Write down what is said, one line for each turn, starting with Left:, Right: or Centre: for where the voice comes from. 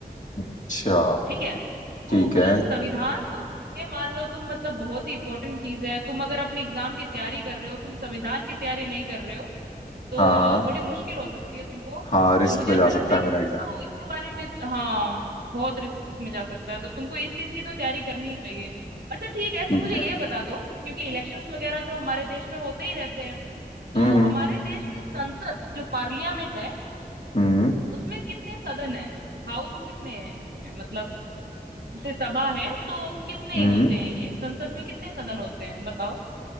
Left: अच्छा
Right: ठीक है तो
Left: ठीक
Right: मतलब
Left: है
Right: संविधान तो ये मान लो तुम मतलब बहुत ही इंपॉर्टेंट चीज है तुम अगर अपने एग्जाम की तैयारी कर रहे हो और तुम संविधान की तैयारी नहीं कर रहे हो तो
Left: हाँ हाँ
Right: थोड़ी मुश्किल हो सकती है तुमको
Left: हाँ रिस्क
Right: तो मुझे
Left: पे जा
Right: ऐसा लगता
Left: सकता
Right: है
Left: है
Right: कि
Left: मेरा
Right: तुमको
Left: एग्जाम
Right: इसके बारे में हाँ बहुत रिस्क में जा सकता है तो तुमको इस चीज की तो तैयारी करनी ही चाहिए अच्छा ठीक है तुम
Left: ठीक
Right: मुझे
Left: है
Right: ये बता दो क्योंकि इलेक्शंस वगैरह तो हमारे देश में होते ही रहते हैं तो
Left: हम्म हम्म
Right: हमारे देश में संसद जो पार्लियामेंट है
Left: हम्म
Right: उसमें कितने सदन है हाउस कितने हैं इसमें मतलब जैसे सभा है तो कितने
Left: हम्म,
Right: होते हैं ये संसद में कितने सदन होते हैं बताओ